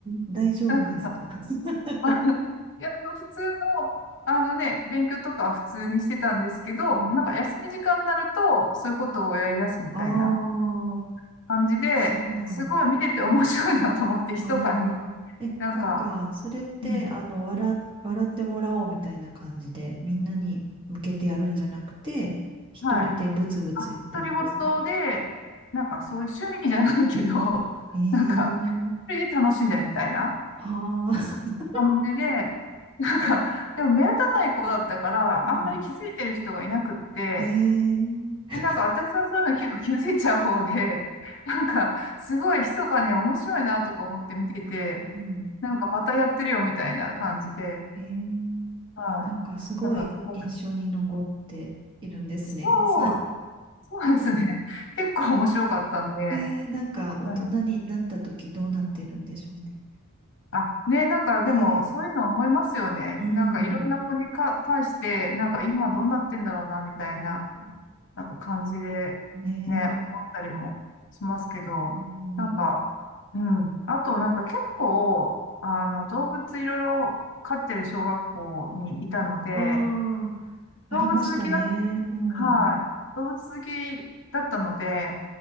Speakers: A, on the right; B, on the left.
A: 大丈夫ですか
B: なんか、
A: <laughs>
B: あの、いや、あの、普通の、あのね、勉強とかは普通にしてたんですけど、
A: うん。
B: なんか休み時間になると、そういうことをやり出すみたいな
A: ああ、
B: 感じで、
A: そうなんだ。
B: すごい見てて面白いなと思って、密かに、
A: ああ、え、
B: なんか、
A: なんか、それって、
B: うん、
A: あの、笑、笑ってもらおうみたいな感じで、みんなに向けてやるんじゃなくて、一人でブツブツ言ってるんですか
B: はい。あ独り言で、なんかそういう趣味じゃないけど、<laughs>
A: え
B: なんか、一人で楽しんでるみたいな
A: えはあ、
B: 感じで、なんか、でも目立たない子だったから、
A: <laughs> うん。
B: あんまり気づいてる人がいなくって、
A: え
B: でなんか私はそういうの結構気づいちゃう方で、
A: え
B: <laughs> なんか、すごい密かに面白いなとか思って見てて、
A: うん。
B: なんかまたやってるよみたいな感じで、
A: へえ、
B: はい。
A: なんかすごい印象に残っているんですね。
B: なんかすごい。そ
A: <laughs> そう
B: う、そうですね。結構面白かったんで、
A: えー、なんか大人になった時どうなってるんでしょうね。
B: うんあ、ね、なんかでもそういうの思いますよね。
A: ね、うん、
B: なんかいろんな子にか対して、なんか今どうなってんだろうな、みたいな、
A: うん、
B: なんか感じで、
A: ね、
B: ね、思ったりもしますけど、
A: うん。
B: なんか、うん。あとなんか結構、あの、動物いろいろ飼ってる小学校にいたので、
A: ああ、ありましたね。
B: 動物好きだ、
A: うん。
B: はい。動物好きだったので、